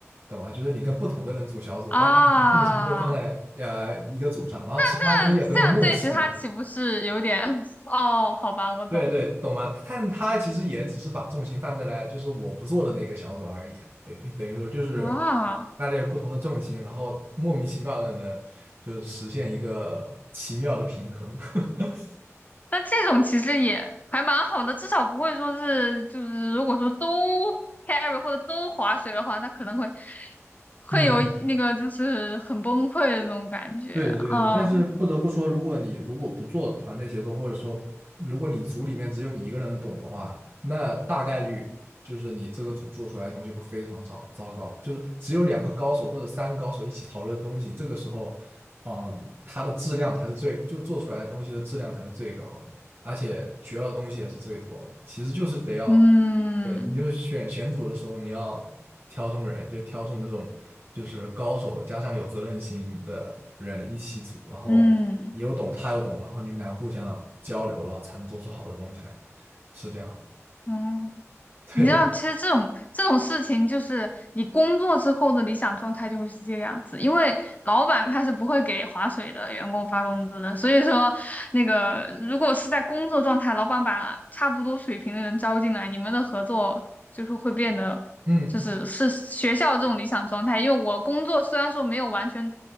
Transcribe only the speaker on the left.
啊，
那这样对其他岂不是有点？哦，好吧，我懂
啊。
那这种其实也还蛮好的，至少不会说是就是如果说都 carry 或者都划水的话，那可能会会有那个就是很崩溃的那种感觉啊。
嗯
嗯
嗯。嗯
你知道，其实这种这种事情，就是你工作之后的理想状态就会是这个样子，因为老板他是不会给划水的员工发工资的，所以说那个如果是在工作状态，老板把差不多水平的人招进来，你们的合作就是会变得，
就是是学校这种理想状态，因为我工作虽然说没有完全